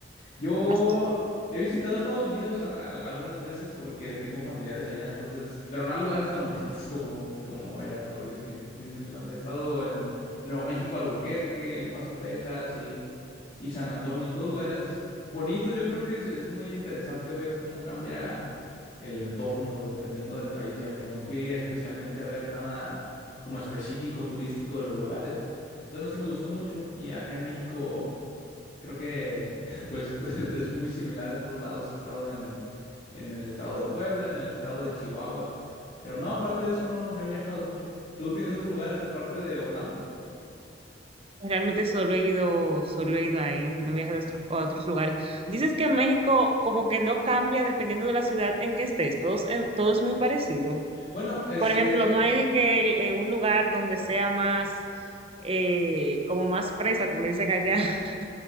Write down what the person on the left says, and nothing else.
Yo
he visitado Estados Unidos al- al- algunas veces porque tengo familiares allá, entonces, pero no a lugares tan <laughs> bonitos como, como allá por Disney, Disneyland. He estado en Nuevo México, Albuquerque, El Paso, Texas y, y San Antonio, todos lugares bonitos. Yo creo que es, es muy interesante ver cómo cambia el entorno dependiendo del país. Y aunque no fui especialmente a ver nada como específico turístico de los lugares, pues aún así me gustó mucho. Y acá en México. Creo que <laughs> pues <laughs> es, es muy similar en todos lados. He estado en, en el estado de Puebla, en el estado de Chihuahua, pero no, aparte de eso no, no he viajado mucho. ¿Tú tienes otros lugares aparte de Orlando?
Mm.
Bueno, este,